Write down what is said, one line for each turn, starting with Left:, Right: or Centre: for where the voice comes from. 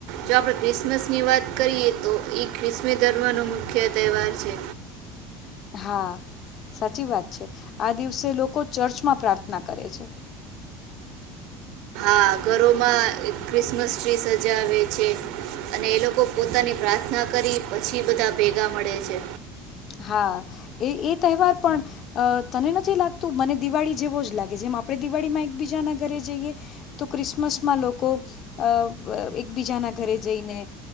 Right: જો આપડ ક્રિસમસ ની વાત કરીએ તો એ ખ્રિસ્મી ધર્મ નો મુખ્ય તહેવાર છે.
Left: હા, સાચી વાત છે આ દિવસે લોકો ચર્ચમાં પ્રાર્થના કરે છે.
Right: આ ઘરોમાં ક્રિસમસ ટ્રી સજાવે છે અને એ લોકો પોતાની પ્રાર્થના કરી પછી બધા ભેગા મળે છે.
Left: હા, એ-એ તહેવાર પણ તને નથી લાગતું મને દિવાળી જેવો જ લાગે જેમ આપણે દિવાળીમાં એકબીજાના ઘરે જઈએ તો ક્રિસમસમાં લોકો અ એકબીજાના ઘરે જઈને